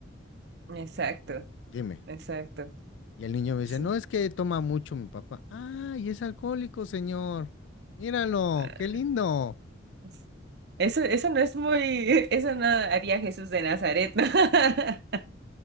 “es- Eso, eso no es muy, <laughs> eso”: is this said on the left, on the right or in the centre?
Right